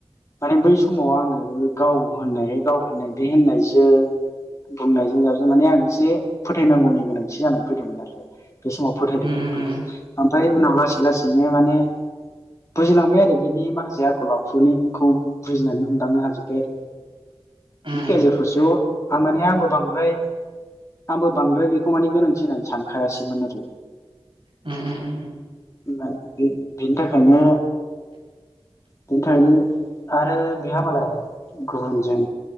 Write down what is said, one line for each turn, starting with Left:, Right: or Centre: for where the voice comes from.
Left: माने बै समाव आङो गाव होन्नाय गाव होननाय बे होननायजों बुंनायजों जाबजो माने आं एसे फोथायनांगौनि गोनांथि जानानै फैदोंमोन आरो बे समाव फोथायदोंमोनबो
Right: आं
Left: ओमफाय उनाव लासै लासै बिदिनो माने बुजिलांबाय आरो बिनि माखासे आखल आखुनि खौ बुजिनानै हमदांनो हाजोब्बाय आरो
Right: उम उम
Left: गेजेर
Right: उम
Left: ससेआव आ माने आंबो बांद्राय आंबो बांद्राय बेखौ माने गोनांथि होननानै सानखायासैमोन आरो
Right: ओम ओम ओम
Left: ओमफाय बे बेनि थाखायनो बेनि थाखायनो आरो बेहा मालाय गुबुनजों